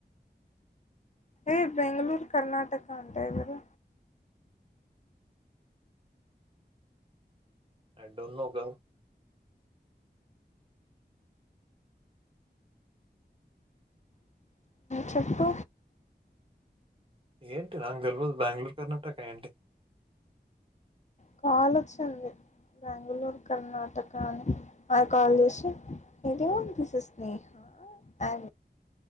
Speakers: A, on the left; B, on the right.
A: ఏ బెంగళూరు కర్ణాటక అంటే ఎవరు
B: ఐ డోంట్ నో గర్ల్
A: చెప్పు
B: ఏంటి నాకు తెలవదు బెంగళూరు కర్ణాటక ఏంటి
A: కాల్ వచ్చింది బెంగళూరు కర్ణాటక అని ఆమె కాల్ చేసి ఇదు దిస్ యిస్ స్నేహ <unintelligible>